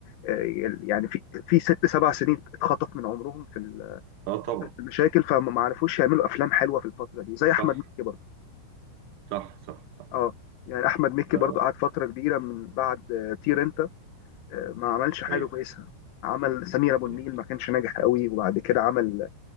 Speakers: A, on the left; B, on the right.
A: آه، يعني في في ست سبع سنين اتخطف من عمرهم في ال-
B: آه، طبعا
A: فتره المشاكل فما ما عرفوش يعملوا افلام حلوه في الفتره دي زي
B: صح
A: احمد مكي برضه
B: صح صح صح
A: اه يعني احمد مكي
B: ف
A: برضو قعد فتره كبيره من بعد آه، طير انت آه، ما عملش حاجه
B: ايوه
A: كويسه عمل سمير ابو النيل
B: ايوه
A: ما كانش ناجح قوي وبعد كده عمل